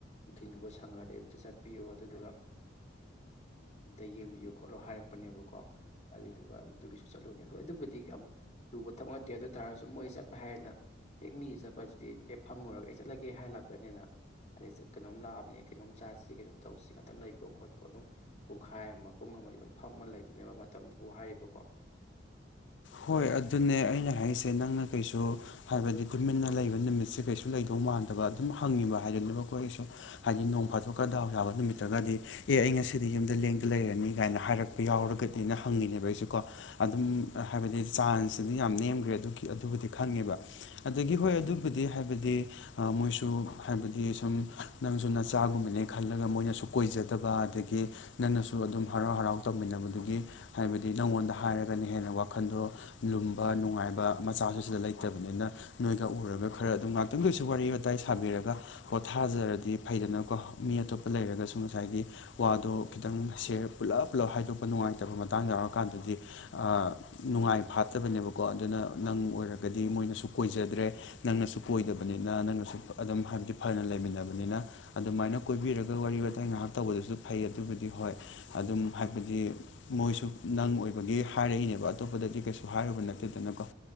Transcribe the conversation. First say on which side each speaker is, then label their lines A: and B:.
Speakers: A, on the left; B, on the left.
A: ꯊꯤꯡꯉꯕ ꯁꯪꯉꯗꯤ ꯑꯝꯇ ꯆꯠꯄꯤꯌꯨ ꯑꯗꯨꯗꯨꯒ ꯑꯝꯇ ꯌꯦꯡꯕꯤꯌꯣ ꯈꯣꯠꯂꯣ ꯍꯥꯏꯔꯛꯄꯅꯦꯕꯀꯣ ꯑꯗꯨꯏꯗꯨꯒ ꯑꯗꯨꯒꯤꯁꯨ ꯆꯠꯂꯨꯅꯦꯣꯏ ꯑꯗꯨꯕꯨꯗꯤ ꯂꯨꯕ ꯊꯕ ꯅꯠꯇꯦ ꯑꯗꯨ ꯇꯥꯔꯒꯁꯨ ꯃꯣꯏ ꯆꯠꯄ ꯍꯥꯏꯔꯦꯅ ꯍꯦꯛ ꯃꯤꯒꯤ ꯆꯠꯄꯁꯤꯗꯤ ꯍꯦꯛ ꯐꯝꯃꯨꯔꯒ ꯑꯩ ꯆꯠꯂꯒꯦ ꯍꯥꯏ ꯂꯥꯛꯄꯅꯤꯅ ꯑꯗꯩ ꯀꯩꯅꯣꯝ ꯂꯥꯛꯑꯕꯅꯦ ꯀꯩꯅꯣꯝ ꯆꯥꯁꯤ ꯀꯩꯅꯣꯝ ꯇꯧꯁꯤ ꯈꯇꯪ ꯂꯩꯀꯣ ꯈꯣꯠꯀꯣ ꯑꯗꯨꯝ ꯄꯨꯡꯈꯥꯏ ꯑꯃ ꯄꯨꯡ ꯑꯃꯗꯤ ꯑꯗꯨꯝ ꯐꯝꯃ ꯂꯩꯗꯣꯏꯅꯦꯕ ꯃꯇꯝꯗꯨꯣꯕꯨ ꯍꯥꯏꯔꯤꯕꯀꯣ
B: ꯍꯣꯏ ꯑꯗꯨꯅꯦ ꯑꯩꯅ ꯍꯥꯏꯁꯦ ꯅꯪꯅ ꯀꯩꯁꯨ ꯍꯥꯏꯕꯗꯤ ꯇꯨꯃꯤꯟꯅ ꯂꯩꯕ ꯅꯨꯃꯤꯠꯁꯦ ꯀꯩꯁꯨ ꯂꯩꯗꯧ ꯃꯥꯟꯗꯕ ꯑꯗꯨꯝ ꯍꯪꯉꯤꯕ ꯍꯥꯏꯗꯨꯅꯦꯕ ꯑꯩꯈꯣ ꯑꯩꯁꯨ ꯍꯥꯏꯗꯤ ꯅꯣꯡ ꯐꯥꯗꯣꯛ ꯀꯗꯥꯎ ꯌꯥꯕ ꯅꯨꯃꯤꯠꯇꯒꯗꯤ ꯑꯦ ꯑꯩ ꯉꯁꯤꯗꯤ ꯌꯨꯝꯗ ꯂꯦꯡꯗ ꯂꯩꯔꯅꯤ ꯀꯥꯏꯅ ꯍꯥꯏꯔꯛꯄ ꯌꯥꯎꯔꯒꯅꯦꯅ ꯍꯪꯉꯤꯅꯦꯕ ꯑꯩꯁꯨꯀꯣ ꯑꯗꯨꯝ ꯍꯥꯏꯕꯗꯤ ꯆꯥꯟꯁꯁꯤꯗꯤ ꯌꯥꯝ ꯅꯦꯝꯈ꯭ꯔꯦ ꯑꯗꯨꯒꯤ ꯑꯗꯨꯕꯨꯗꯤ ꯈꯪꯉꯦꯕ ꯑꯗꯒꯤ ꯍꯣꯏ ꯑꯗꯨꯕꯨꯗꯤ ꯍꯥꯏꯕꯗꯤ ꯃꯣꯏꯁꯨ ꯍꯥꯏꯕꯗꯤ ꯁꯨꯝ ꯅꯪꯁꯨ ꯅꯆꯥꯒꯨꯝꯕꯅꯦ ꯈꯜꯂꯒ ꯃꯣꯏꯅꯁꯨ ꯀꯣꯏꯖꯗꯕ ꯑꯗꯒꯤ ꯅꯪꯅꯁꯨ ꯑꯗꯨꯝ ꯍꯔꯥꯎ ꯍꯔꯥꯎ ꯇꯧꯃꯤꯟꯅꯕꯗꯨꯒꯤ ꯍꯥꯏꯕꯗꯤ ꯅꯪꯉꯣꯟꯗ ꯍꯥꯏꯔꯒꯅ ꯍꯦꯟꯅ ꯋꯥꯛ ꯋꯥꯟꯗꯣ ꯂꯨꯝꯕ ꯅꯨꯡꯉꯥꯏꯕ ꯃꯆꯥꯁꯨ ꯁꯤꯗ ꯂꯩꯇꯕꯅꯤꯅ ꯅꯣꯏꯒ ꯎꯔꯒ ꯈꯔ ꯑꯗꯨꯝ ꯉꯥꯛꯇꯪꯗ ꯑꯣꯏꯁꯨ ꯋꯥꯔꯤ ꯋꯥꯇꯥꯏ ꯁꯥꯕꯤꯔꯒ ꯍꯣ ꯊꯥꯖꯔꯗꯤ ꯐꯩꯗꯅꯀꯣ ꯃꯤ ꯑꯇꯣꯞꯄ ꯂꯩꯔꯒꯁꯨ ꯉꯁꯥꯏꯒꯤ ꯋꯥꯗꯣ ꯈꯤꯇꯪ ꯁꯦꯌꯔ ꯄꯨꯂꯞ ꯄꯨꯜꯂꯞ ꯍꯥꯏꯗꯣꯛꯄ ꯅꯨꯡꯉꯥꯏꯇꯕ ꯃꯇꯥꯡ ꯌꯥꯎꯔꯀꯥꯟꯗꯗꯤ ꯅꯨꯡꯉꯥꯏ ꯐꯥꯠꯇꯕꯅꯦꯕꯀꯣ ꯑꯗꯨꯅ ꯅꯪ ꯑꯣꯏꯔꯒꯗꯤ ꯃꯣꯏꯅꯁꯨ ꯀꯣꯏꯖꯗ꯭ꯔꯦ ꯅꯪꯅꯁꯨ ꯀꯣꯏꯗꯕꯅꯤꯅ ꯅꯪꯅꯁꯨ ꯑꯗꯨꯝ ꯍꯥꯏꯕꯗꯤ ꯐꯅ ꯂꯩꯃꯤꯟꯅꯕꯅꯤꯅ ꯑꯗꯨꯃꯥꯏꯅ ꯀꯣꯏꯕꯤꯔꯒ ꯋꯥꯔꯤ ꯋꯥꯇꯥꯏ ꯉꯥꯏꯍꯥꯛ ꯇꯧꯕꯗꯨꯁꯨ ꯐꯩ ꯑꯗꯨꯕꯨꯗꯤ ꯍꯣꯏ ꯑꯗꯨꯝ ꯍꯥꯏꯕꯗꯤ ꯃꯣꯏꯁꯨ ꯅꯪ ꯑꯣꯏꯕꯒꯤ ꯍꯥꯏꯔꯛꯏꯅꯦꯕ ꯑꯇꯣꯞꯄꯗꯗꯤ ꯀꯩꯁꯨ ꯍꯥꯏꯔꯨꯕ ꯅꯠꯇꯦꯗꯅꯀꯣ